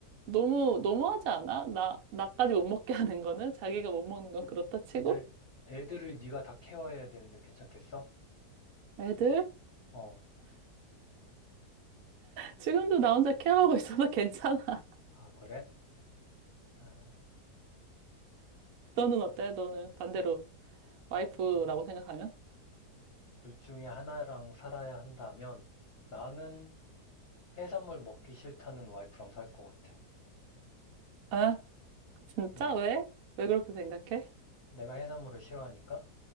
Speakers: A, on the right (about 65°); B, on the left (about 45°).
A: 너무 너무하지 않아? 나 나까지 못 먹게 하는 거는 자기가 못 먹는 건 그렇다 치고
B: 근데 애들을 네가 다 케어해야 되는데 괜찮겠어?
A: 애들
B: 어,
A: 지금도 나 혼자 케어하고 있어서 <laughs> 괜찮아.
B: 아, 그래? 아,
A: 너는 어때? 너는 반대로 와이프라고
B: 음.
A: 생각하면?
B: 둘 중에 하나랑 살아야 한다면 나는 해산물 먹기 싫다는 와이프랑 살 것 같아.
A: 아 진짜
B: 응,
A: 왜? 왜 그렇게 생각해?
B: 내가 해산물을 싫어하니까?